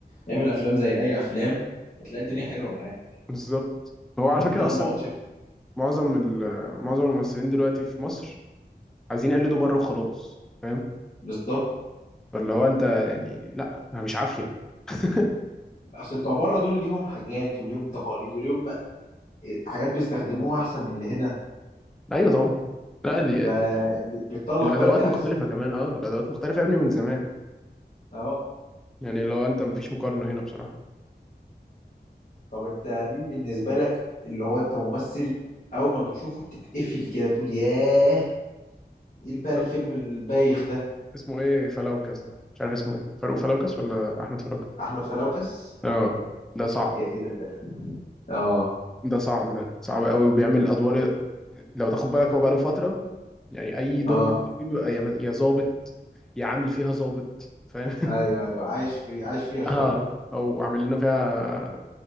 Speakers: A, on the left; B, in the centre.
A: اعمل افلام زي اي افلام هتلاقي الدنيا حلوه معاه
B: بالظبط هو على فكره
A: انا
B: اصلا
A: ما اقعدش
B: معظم ال- معظم الممثلين دلوقتي في مصر عايزين يقلدوا بره وخلاص فاهم
A: بالظبط
B: فاللي هو انت يعني لا مش عافيه <laughs>
A: اصل بتوع بره دول ليهم حاجات وليهم تقاليد وليهم آه، حاجات بيستخدموها احسن من اللي هنا
B: ايوه طبعا لا دي
A: فبتطلع
B: الادوات
A: كواليتي احسن
B: مختلفه كمان اه الادوات مختلفه يا ابني من زمان
A: اه
B: يعني لو انت مفيش مقارنه هنا بصراحه
A: طب انت مين بالنسبة لك اللي هو انت ممثل اول ما بتشوفه بتتقفل كده بتقول ياه ايه بقى الفيلم
B: ر-
A: البايخ ده
B: اسمه ايه فلوكس ده مش عارف اسمه ايه فاروق فلوكس ولا احمد فلوكس
A: احمد فلوكس
B: اه ده صعب
A: يا ايه ده, ده؟ اه
B: ده صعب ده صعب قوي وبيعمل ادوار لو تاخد بالك هو بقاله فتره يعني اي دور
A: اه
B: بيطلع فيه بيبقى يا يا ظابط يا عامل فيها ظابط فاهم
A: ايوه ايوه عايش في عايش
B: <laughs>
A: فيها شوية
B: اه او عامل لنا فيها